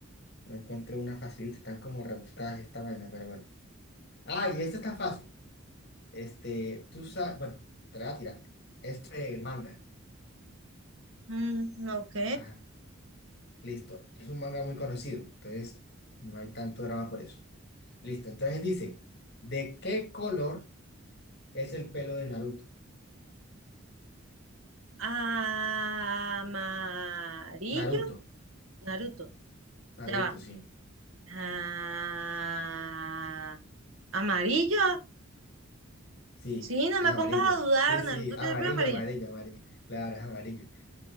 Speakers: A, on the left; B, on the right.
A: No encuentro una facilita, están como rebuscadas esta vaina, pero bueno. Ay, esta está fácil. Este, tú sabes, bueno, te la voy a tirar. Es eh, manga.
B: Mm, ok.
A: Ajá, listo. Es un manga muy conocido, entonces no hay tanto drama por eso. Listo, entonces dice, ¿de qué color es el pelo de Naruto?
B: Amarillo.
A: Naruto,
B: Naruto.
A: Naruto,
B: Ya va.
A: sí.
B: Ah, amarillo.
A: Sí,
B: Sí, no
A: es
B: me
A: amarillo.
B: pongas a dudar.
A: Sí, sí,
B: Naruto
A: amarillo,
B: tiene el pelo amarillo.
A: amarillo, amarillo. Claro, es amarillo.